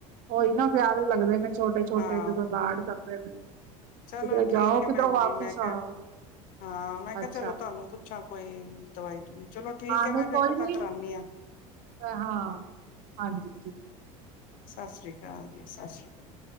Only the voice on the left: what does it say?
ਹਾਂ
ਚਲੋ
ਠੀਕ
ਹੈ ਭੈਣ
ਜੀ ਮੈਂ ਕਿਹਾ
ਹਾਂ ਮੈਂ ਕਿਹਾ
ਚਲੋ ਤੁਹਾਨੂੰ ਪੁੱਛਾਂ ਕੋਈ ਦਵਾਈ ਦਵੂ ਚਲੋ ਠੀਕ
ਹੈ
ਮੈਂ ਫਿਰ
ਪਤਾ
ਕਰਾਂਦੀ ਹਾਂ
ਸਤਿ ਸ੍ਰੀ ਅਕਾਲ ਜੀ ਸਤਿ ਸ੍ਰੀ ਅਕਾਲ